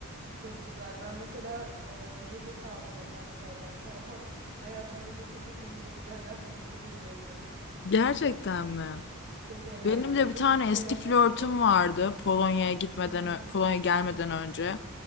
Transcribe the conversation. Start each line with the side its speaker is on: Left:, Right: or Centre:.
Right: Çok güzel. Ben mesela e, bir gece kaldım bak Amsterdam'da <laughs> ama hayatımda geçirdiğim en iyi gecelerden birisi de diyebilirim.
Left: Gerçekten mi?
Right: <laughs> Çok eğlendim
Left: Benim de bir
Right: ve
Left: tane
Right: hiçbir şey
Left: eski
Right: yapmadım
Left: flörtüm
Right: biliyor musun?
Left: vardı Polonya'ya gitmeden,
Right: Hı hı.
Left: ö- Polonya'ya gelmeden önce.